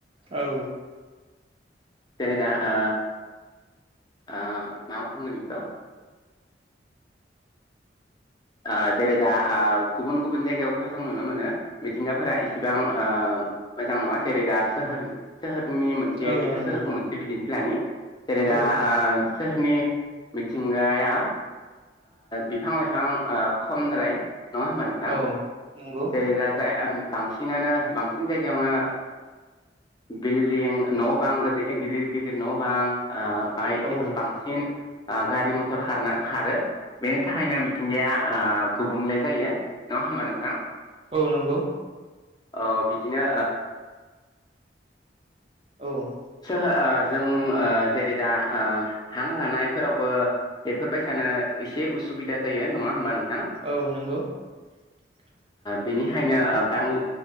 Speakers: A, on the right; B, on the left.
A: औ
B: जेरै दा ओ आ मा बुंगोन बेखौ ओ जेरै दा ओ गुबुन गुबुन जायगायावथ' जों नुनो मोनो मिथिंगाफोरा इसेबां मोजां नङा जेरै दा सोहोर सोहोरनि मोनसे
A: औ
B: मोनसे
A: नंगौ
B: सोरखौ मोनसे बिदिन्थि लानि जेरै दा
A: औ
B: सोहोरनि मिथिंगाया बिफां लाइफां ओ खमद्राय नङा होमबा नोंथां
A: औ नंगौ
B: जेरै दा जाय बांसिनानो बांसिन इन जायगायावनो बिल्डिं न' बां गिदिर गिदिर न' बां ओमफ्रायदि
A: औ
B: बांसिन गारि मटर खारनो खारो बेनि थाखायनो मिथिंगाया ओ गुबुंले जायो नङा होमबा नोंथां
A: औ नंगौ
B: औ बिदिनो
A: औ
B: सो जों जेरै दा हां लानायफोरावबो बेफोरबायसानो एसे उसुबिदा जायो नङा होमबा नोंथां
A: औ <unintelligible>
B: बिनिखायनो बां